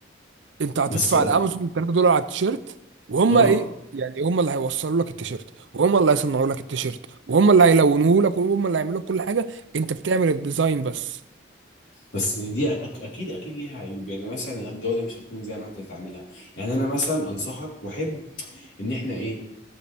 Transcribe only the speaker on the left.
بس
اه
بس دي أك- اكيد اكيد ليها عيوب يعني مثلا الجوده مش هتكون زي ما انت تعملها يعني انا مثلا انصحك واحب ان احنا ايه